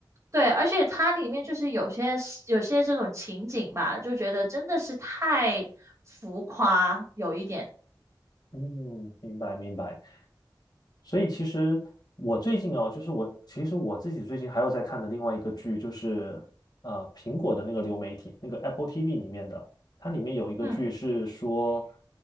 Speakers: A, on the right; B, on the left.
A: 对，而且它里面就是有些有些这种情景吧，就觉得真的是太浮夸，有一点。
B: 嗯，明白明白。所以其实我最近哦，就是我其实我自己最近还有在看的另外一个剧，就是呃苹果的那个流媒体，那个 Apple TV 里面的，它里面有一个剧是说，
A: 嗯